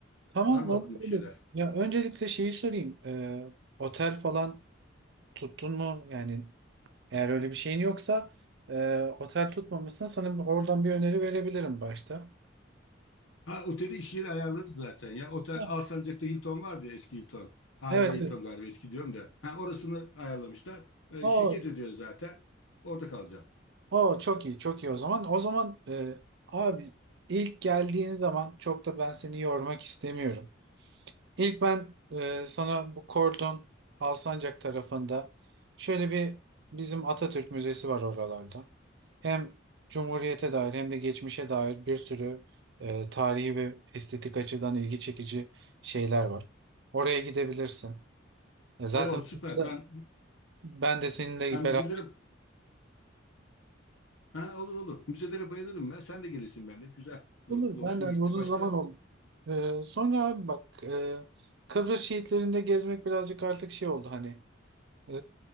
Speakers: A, on the right; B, on the left.
A: Tamam,
B: Var mı
A: olur
B: aklında
A: olur.
B: bir şeyler?
A: Ya öncelikle şeyi sorayım. Ee, otel falan tuttun mu? Yani eğer öyle bir şeyin yoksa e, otel tutmamışsın. Sana bir- oradan bir öneri verebilirim başta.
B: Ha oteli iş yeri ayarladı zaten ya. Otel
A: Ha,
B: Alsancak'ta Hilton vardı ya eski Hilton. Hala
A: Evet,
B: Hilton
A: evet.
B: galiba eski diyorum da. Ha orasını ayarlamışlar. Ee,
A: O,
B: şirket ödüyor zaten. Orada kalacağım.
A: o çok iyi, çok iyi o zaman. O zaman e, abi ilk geldiğin zaman çok da ben seni yormak istemiyorum. İlk ben e, sana bu Kordon Alsancak tarafında şöyle bir bizim Atatürk Müzesi var oralarda. Hem Cumhuriyete dair hem de geçmişe dair bir sürü e, tarihi ve estetik açıdan ilgi çekici şeyler var. Oraya gidebilirsin. E, zaten
B: Oo süper.
A: orada
B: Ben
A: ben de seninle
B: hem
A: beraber
B: müzelere ha olur olur. Müzelere bayılırım ben. Sen de gelirsin benimle. Güzel. Bu-
A: olur.
B: bu
A: Ben
B: Hoşuma
A: de hani
B: gitti.
A: uzun
B: Başka
A: zaman oldu. E, sonra abi bak e, Kıbrıs şehitlerinde gezmek birazcık artık şey oldu hani. E,